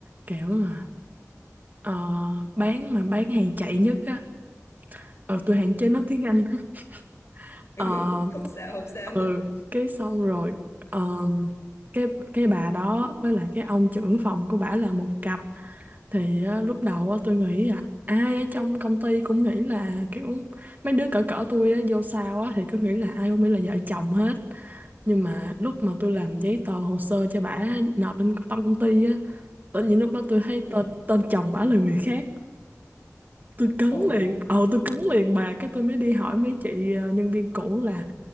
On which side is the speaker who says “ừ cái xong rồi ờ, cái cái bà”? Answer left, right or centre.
Right